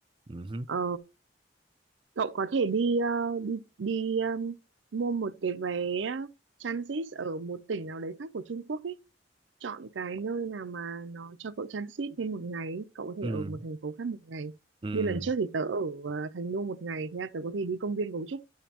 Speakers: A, on the right; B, on the right.
A: ừ, hứ.
B: Ờ, cậu có thể đi ờ, đi đi um, mua một cái vé transit ở một tỉnh nào đấy khác của Trung Quốc ý. chọn cái nơi nào mà nó cho cậu transit thêm một ngày ý. cậu có thể
A: ừ.
B: ở một thành phố khác một ngày
A: Ừ.
B: như lần trước thì tớ ở ờ, thành đô một ngày thế là tớ có thể đi công viên gấu trúc